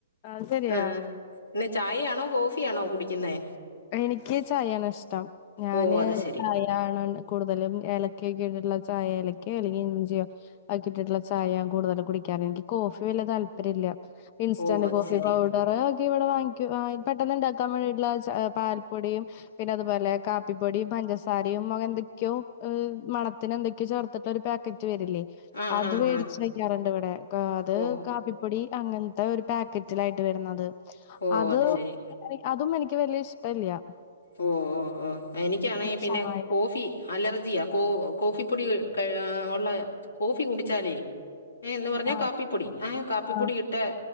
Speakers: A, on the left (about 40°); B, on the left (about 75°).
A: അത് ശരിയാ
B: ആ പിന്നെ ചായയാണോ കോഫിയാണോ കുടിക്കുന്നേ
A: എനിക്ക് ചായയാണ് ഇഷ്ടം ഞാന്
B: ഓ അത് ശരി
A: ചായയാണ് കൂടുതലും ഏലക്കയൊക്കെ ഇട്ടിട്ടുള്ള ചായഏലക്കയോ അല്ലെങ്കിൽ ഇഞ്ചിയോ ഒക്കെ ഇട്ടിട്ടുള്ള ചായ കൂടുതലും കുടിക്കാറ് എനിക്ക് കോഫ് കോഫി വല്യ താല്പര്യം ഇല്ല ഇൻസ്റ്റനെ
B: ഓ അത്
A: കോഫി
B: ശരി
A: പൗഡറെ ഇവിടെ വാങ്ങിക്കും ആ പെട്ടെന്നു ഉണ്ടാക്കാൻ വേണ്ടീട്ടുള്ള ചായെപ് പാൽപ്പൊടിയും പിന്നെ അതുപോലെ കാപ്പിപ്പൊടിയും പഞ്ചസാരയും എന്തൊക്കെയോ മണത്തിനെ എന്തൊക്കെയോ ചേർത്തിട്ടിള്ള ഒരു പാക്കറ്റ് റ്റു വരില്ലേ
B: ആഹ്
A: അത്
B: ആഹ്
A: മേടിച്ച്
B: ആഹ്
A: വയ്ക്കാറുണ്ടിവിടെ ക അത്
B: ഓ
A: കാപ്പിപ്പൊടി അങ്ങനത്തെ ഒരു പായ്ക്കറ്റിലായിട്ട് വരുന്നത്
B: ഓ
A: അത്
B: ശരി
A: അതും എനിക്കെ എനിക്ക് വലിയ ഇഷ്ട്ടില്യ
B: ഓ ഓ ഓ എനിയ്ക്കാണെങ്കി പിന്നെ
A: ചായ
B: കോഫി അലർജിയാ കോ കോഫിപ്പൊടി ഉള്ള കോഫി കുടിച്ചാലേ ഏ എന്നു പറഞ്ഞാ
A: ആഹ്
B: കാപ്പിപ്പൊടി ങേ കാപ്പിപ്പൊടി
A: ആഹ്
B: ഇട്ടേ